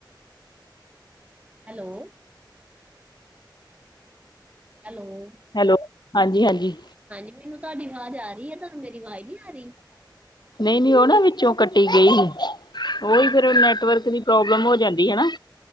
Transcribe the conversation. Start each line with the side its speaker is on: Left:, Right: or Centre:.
Right: ਹੈਲੋ ਹੈਲੋ
Left: ਹੈਲੋ ਹਾਂਜੀ ਹਾਂਜੀ
Right: ਹਾਂਜੀ ਮੈਨੂੰ ਤੁਹਾਡੀ ਆਵਾਜ਼ ਆ ਰਹੀ ਆ ਤੁਹਾਨੂੰ ਮੇਰੀ ਆਵਾਜ਼ ਨੀ ਆ ਰਈ?
Left: ਨਹੀਂ ਨਹੀਂ ਉਹ ਨਾ ਵਿੱਚੋਂ ਕੱਟੀ ਗਈ ਸੀ ਉਹੀ
Right: ਅੱਛਾ
Left: ਫੇਰ ਨੈੱਟਵਰਕ
Right: ਜੀ
Left: ਦੀ ਪਰੋਬਲਮ ਹੋ ਜਾਂਦੀ ਆ ਨਾ